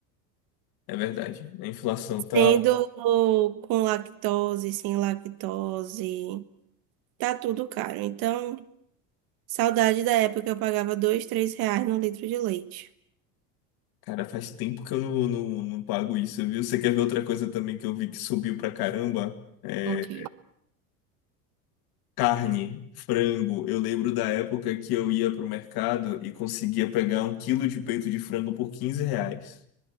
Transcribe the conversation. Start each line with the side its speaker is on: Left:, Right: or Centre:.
Left: É verdade. A inflação tá.
Right: Sendo com lactose, sem lactose, tá tudo caro. Então, saudade da época que eu pagava dois, três reais no litro de leite.
Left: Cara, faz tempo que eu não, não, não pago isso, viu? Você quer ver outra coisa também que eu vi que subiu pra caramba? É,
Right: Ok.
Left: Carne, frango. Eu lembro da época que eu ia pro mercado e conseguia pegar um quilo de peito de frango por 15 reais.